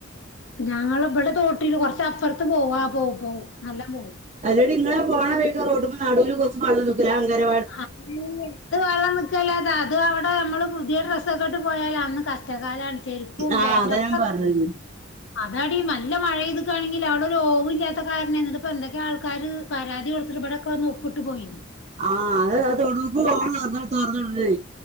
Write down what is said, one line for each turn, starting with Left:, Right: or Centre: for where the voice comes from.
Left: ഞങ്ങളെ ഇബടെ തോട്ടില് കൊറച്ച് അപ്പറത്ത് പോവും ആ പോവും പോവും നല്ലോം പോവും
Right: അല്ലെടി ഇങ്ങള പോണ വയ്ക്ക് റോടുമ്പോ നാടൂൽ കൊർച്ച് മണ്ണ് ലഗന്വടി
Left: അഹ് അത് വെള്ളം നിക്കല അത് അത് അവടെ നമ്മള് പുതിയ ഡ്രസ്സൊക്കെ ഇട്ട് പോയാല് അന്ന് കഷ്ടകാലണ് ചെരിപ്പും
Right: ആഹ്
Left: പേന്റോക്ക
Right: അതാ ഞാൻ
Left: ന
Right: പറഞ്ഞത്
Left: അതാടി നല്ല മഴപെയ്ത്ക്കാണെങ്കിൽ അവിടെ ഒരു ഓവ് ഇല്ലാത്ത കാരണം ന്ന്ട്ട് പ്പൊ എന്തൊക്കെ ആൾക്കാര് പരാതി കൊടുത്തിട്ട് ഇവടൊക്കെ വന്ന് ഒപ്പിട്ട് പോയിന്നു
Right: ആഹ് അതാ തൊടൂക്ക് പോണോട്ത് തൊറന്ന് വുടെൻണ്ടീന്ന്